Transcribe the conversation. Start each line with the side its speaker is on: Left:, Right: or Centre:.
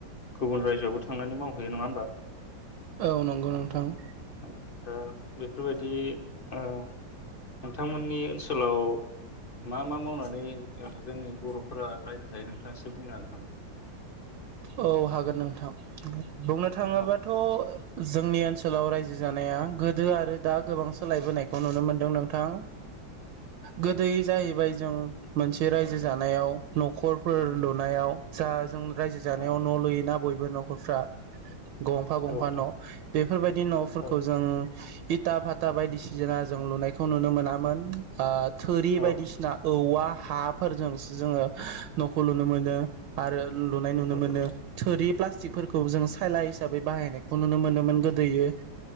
Left: गुबुन रायजोआवबो थांनानै मावहैयो नङा होमबा।
Right: औ नंगौ नोंथां।
Left: औ दा बेफोरबायदि ओ नोंथांमोननि ओनसोलाव मा मा मावनानै ओ जोंनि बर'फोरा रायजो जायो नोंथाङा एसे बुंनो हागोन नामा।
Right: औ हागोन नोंथां। बुंनो थाङोबाथ'
Left: औ एसे
Right: जोंनि ओनसोलाव रायजो जानाया‌ गो दो आरो दा गोबां सोलायबोनायखौ
Left: औ
Right: नुनो मोनदों नोंथां। गोदै जाहैबाय जों मोनसे रायजो जानायाव न'खरफोर लुनायाव जा जों रायजो जानायाव
Left: औ
Right: न' लुयोना बय बो न'खरफ्रा गंफा गंफा
Left: औ नोंथां
Right: न' बेफोरबायदि न'फोरखौ
Left: औ
Right: जों इथ था फाता बायदिसिजोना जों लुनायखौ नुनो मोनामोन ओ। थोरि
Left: औ
Right: बायदिसिना औवा। हाफोरजोंसो जोङो न'खौ लुनो मोनो आरो। लुनाय नुनो
Left: नंगौ
Right: मोनो थोरि फ्लास सिफोरखौ जों साइला हिसाबै बाहायनायखौ नुनो मोनोमोन गोदोयो।